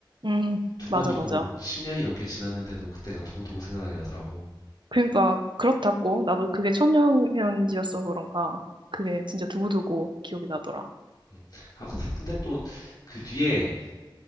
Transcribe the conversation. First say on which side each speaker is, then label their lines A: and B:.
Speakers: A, on the right; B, on the left.
A: 음,
B: 두고두고
A: 맞아, 맞아.
B: 10년이 넘게 지났는데도 그때가 두고두고 생각이 나더라고.
A: 그러니까 그렇다고 나도 그게 천연현지여서 그런가 그게 진짜 두고두고 기억이 나더라.
B: 음. 아, 그, 근데 또 그 뒤에